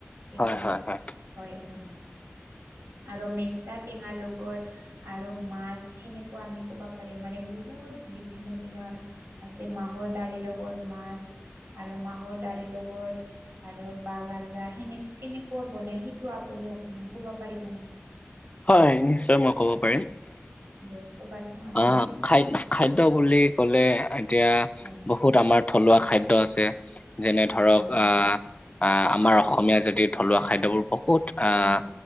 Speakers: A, on the right; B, on the left.
A: সেইটো
B: হয় হয় হয়,
A: হয়, হয় আৰু মেচা টেঙাৰ লগত। আৰু মাছ সেনেকুৱা আমি কব পাৰি। মানে বহুত বিভিন্ন, বিভিন মানে আছে। মাহৰ দালিৰ লগত মাছ আৰু মাহৰ দালিৰ লগত। আৰু বাঁগাজা সেনে কেনেকুৱা বনায় সেইটো আপুনিও অ ক'ব পাৰিব নেকি?
B: হয় নিশ্চয় মই ক'ব পাৰিম।
A: দে <unintelligible> আপুনি
B: আহ খাদ খাদ্য বুলি কলে এতিয়া
A: উম।
B: বহুত আমাৰ থলুৱা খাদ্য আছে যেনে ধৰক
A: ভাল
B: আহ আহ, আমাৰ অসমীয়া জাতিৰ থলুৱা খাদ্যবোৰ বহুত আহ।
A: উম